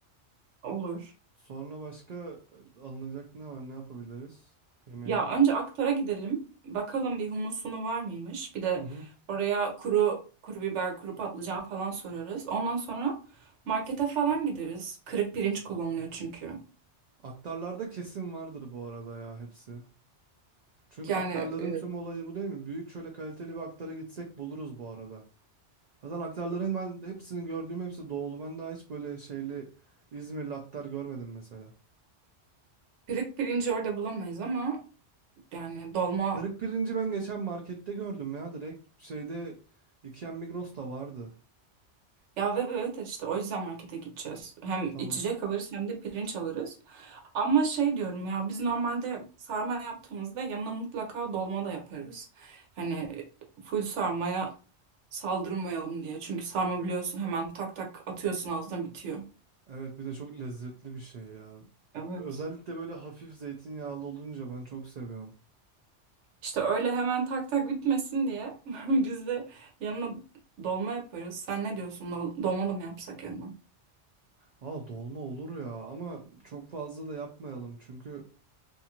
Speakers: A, on the right; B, on the right.
A: Olur.
B: Sonra başka e, alınacak ne var? Ne yapabiliriz? Yemeğe.
A: Ya önce Aktar'a gidelim. Bakalım bir humusunu var mıymış. Bir de
B: Hı hı.
A: oraya kuru kuru biber, kuru patlıcan falan sorarız. Ondan sonra markete falan gideriz. Kırık pirinç kullanılıyor çünkü.
B: Aktarlarda kesin vardır bu arada ya hepsi. Çünkü
A: Yani
B: aktarların
A: e,
B: tüm olayı bu değil mi? Büyük şöyle kaliteli bir aktara gitsek buluruz bu arada. Zaten aktarların ben hepsini gördüğüm hepsi doğulu. Ben daha hiç böyle şeyli İzmirli aktar görmedim mesela.
A: kırık pirinci orada bulamayız ama yani dolma
B: Dırık pirinci ben geçen markette gördüm ya direkt. Şeyde Ikea Migros'ta vardı.
A: Ya ve evet evet işte o yüzden markete gideceğiz. Hem
B: Tamam.
A: içecek alırız hem de pirinç alırız. Ama şey diyorum ya biz normalde sarma yaptığımızda yanına mutlaka dolma da yaparız. Hani full sarmaya saldırmayalım diye. Çünkü sarma biliyorsun hemen tak tak atıyorsun ağzına bitiyor.
B: Evet bir de çok lezzetli bir şey ya.
A: Evet.
B: Özellikle böyle hafif zeytinyağlı olunca ben çok seviyorum.
A: İşte öyle hemen tak tak bitmesin diye <laughs> biz de yanına dolma yaparız. Sen ne diyorsun? Dol- Dolma da mı yapsak yanına?
B: Aa dolma olur ya ama çok fazla da yapmayalım çünkü